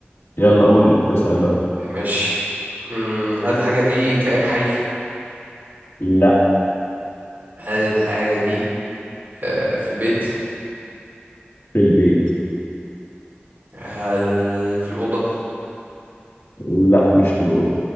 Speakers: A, on the left; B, on the right.
A: يلا قول اسأل بقى
B: ماشي مم، هل الحاجة دي كائن حي؟
A: لا
B: هل الحاجة دي آه، في البيت؟
A: في البيت
B: هل في الأوضة؟
A: لا مش في الأوضة